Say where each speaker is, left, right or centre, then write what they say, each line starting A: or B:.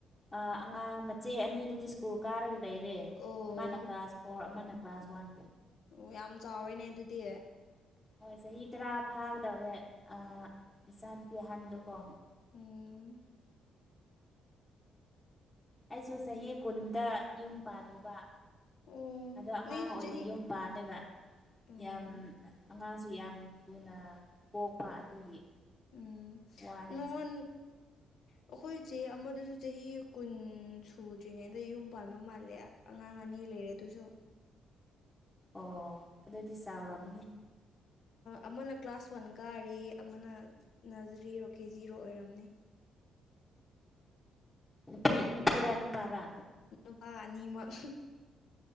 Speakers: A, on the left (about 15°); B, on the left (about 70°).
A: ꯑ ꯑꯉꯥꯡ ꯃꯆꯦ ꯑꯅꯤꯗꯨꯗꯤ ꯁ꯭ꯀꯨꯜ ꯀꯥꯔꯒ ꯂꯩꯌꯦ ꯔꯦ
B: ꯑꯣ
A: ꯑꯃꯅ ꯀ꯭ꯂꯥꯁ ꯐꯣꯔ ꯑꯃꯅ ꯀ꯭ꯂꯥꯁ ꯋꯥꯟ
B: ꯑꯣ ꯌꯥꯝ ꯆꯥꯎꯋꯦꯅꯦ ꯑꯗꯨꯗꯤ
A: ꯍꯣꯢ ꯆꯍꯤ ꯇꯔꯥ ꯐꯥꯒꯗꯧꯔꯦ ꯑꯥ ꯏꯆꯥ ꯅꯨꯨꯄꯤ ꯑꯍꯟꯗꯨꯀꯣ
B: ꯎꯝ
A: ꯑꯩꯁꯨ ꯆꯍꯤ ꯀꯨꯟꯗ ꯌꯨꯝ ꯄꯥꯜꯂꯦꯕ
B: ꯑꯣ
A: ꯑꯗꯣ ꯑꯉꯥꯡ
B: ꯃꯤꯁꯨ
A: ꯑꯣꯢꯅ
B: ꯆꯍꯤ
A: ꯌꯨꯝ ꯄꯥꯜꯂꯒ
B: ꯎꯝ
A: ꯌꯥꯝ ꯑꯉꯥꯡꯁꯨ ꯌꯥꯝ ꯊꯨꯅ ꯄꯣꯛꯄ ꯑꯗꯨꯒꯤ
B: ꯎꯝ
A: ꯋꯥꯔꯦ
B: ꯅꯣꯉꯣꯟ
A: ꯍꯧꯖꯤꯛ
B: ꯑꯩꯈꯣꯢ ꯁꯦ ꯑꯃꯗꯨꯁꯨ ꯆꯍꯤ ꯀꯨꯟ ꯁꯨꯗ꯭ꯔꯤꯉꯩꯗ ꯌꯨꯝ ꯄꯥꯟꯕ ꯃꯥꯜꯂꯦ ꯑꯉꯥꯡ ꯑꯅꯤ ꯂꯩꯔꯦ ꯑꯗꯨꯁꯨ
A: ꯑꯣ ꯑꯗꯨꯗꯤ ꯆꯥꯎꯔꯝꯃꯅꯤ
B: ꯑꯃꯅ ꯀ꯭ꯂꯥꯁ ꯋꯥꯟ ꯀꯥꯔꯤ ꯑꯃꯅ ꯅꯖꯔꯤꯔꯣ ꯀꯦꯖꯤꯔꯣ ꯑꯣꯢꯔꯝꯅꯤ
A: ꯅꯨꯄꯤ ꯅꯨꯄꯤꯔꯥ ꯅꯨꯄꯥꯔꯥ
B: ꯅꯨꯄꯥ ꯑꯅꯤꯃꯛ